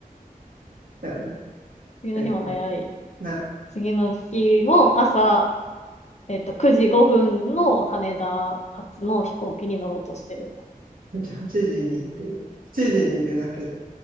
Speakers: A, on the right; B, on the left.
A: だよね。
B: 次の日も早い。
A: えっと、ね。
B: 次の日も朝、えっと、9時5分の羽田発の飛行機に乗ろうとしてる。
A: じゃあ8時に行って、時に出なきゃじ